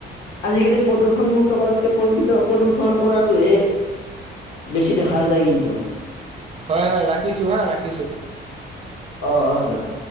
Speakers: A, on the left (about 80°); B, on the right (about 30°).
A: আজিকালি প্ৰদৰ্শন মুুক্ত কৰাতকে, প্ৰদূষিত প্ৰদূ্ষন কৰাটোহে। বেছি দেখা যায়, কিন্তু?
B: হয়, হয়, ৰাখিছো। হা, ৰাখিছো।
A: অহ-অহ দাদা।